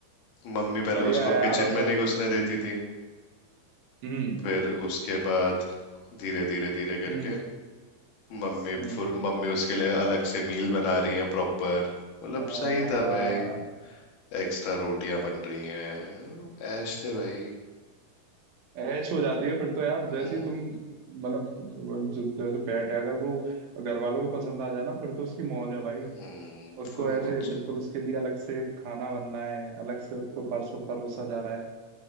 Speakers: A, on the left; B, on the right.
A: मम्मी पहले
B: बढ़िया
A: उसको
B: है
A: किचन
B: यार मतलब
A: में नहीं घुसने देती थी
B: हम्म
A: फिर उसके बाद धीरे धीरे धीरे करके
B: हम्म
A: मम्मी
B: हम्म
A: फुर मम्मी उसके लिए अलग से मील बना रही हैं प्रॉपर मतलब
B: आ,
A: सही था भाई एक्स्ट्रा रोटियां बन रही हैं ऐश थे भाई
B: ऐश हो जाती है फिर तो यार जैसे
A: हम्म
B: ही तुम मतलब तुम- वो जो- जैसे पेट है अगर वो घर वालों को पसंद आ जाए ना फिर तो उसकी मौज है भाई
A: हम्म
B: उसको
A: फुल
B: ऐसे
A: मौज से
B: बिल्कुल उसके लिए अलग से खाना बनना है अलग से उसको परसों परोसा जा रहा है